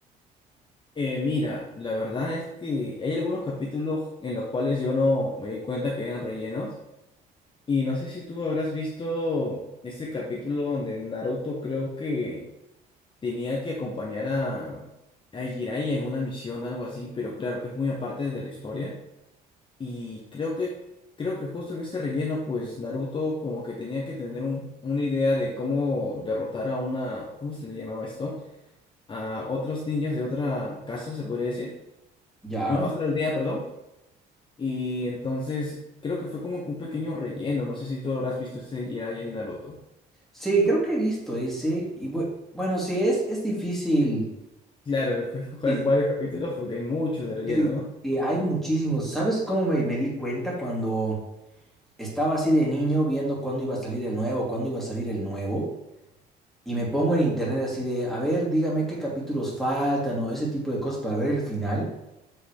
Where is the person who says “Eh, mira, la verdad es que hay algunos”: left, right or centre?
Left